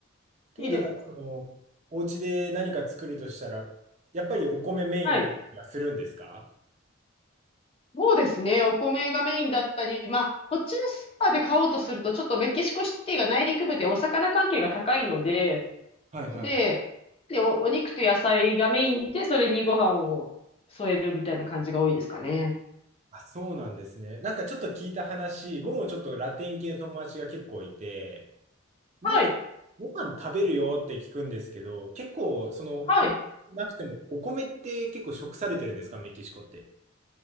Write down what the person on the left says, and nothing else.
<laughs> いいですよ。
はい。そうですね。お米がメインだったり、まあこっちのスーパーで買おうとすると、ちょっとメキシコシティが内陸部でお魚関係が高いので、
で、でお、お肉と野菜がメインで、それにご飯を添えるみたいな感じが多いですかね。
はい。
はい。